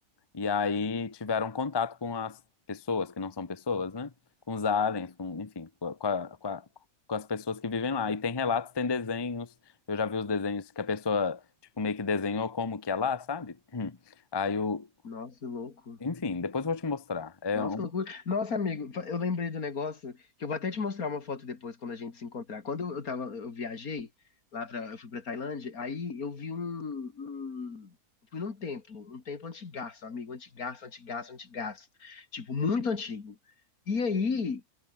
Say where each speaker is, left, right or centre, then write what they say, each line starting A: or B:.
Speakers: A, on the left; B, on the left.
A: E aí tiveram contato com as pessoas, que não são pessoas, né? Com os aliens, com, enfim, com, a- com, a- com a- com as pessoas que vivem lá. E tem relatos, tem desenhos. Eu já vi os desenhos que a pessoa, tipo, meio que desenhou como que é lá, sabe? <clears throat> Aí o.
B: Nossa, que louco.
A: Enfim, depois eu vou te mostrar. É
B: Nossa,
A: um.
B: que loucura. Nossa, amigo, fa- eu lembrei do negócio que eu vou até te mostrar uma foto depois quando a gente se encontrar. Quando eu tava, eu viajei lá para, eu fui para Tailândia, aí eu vi um, um- eu fui num templo, um templo antigaço, amigo, antigaço, antigaço, antigaço, tipo muito antigo. E aí,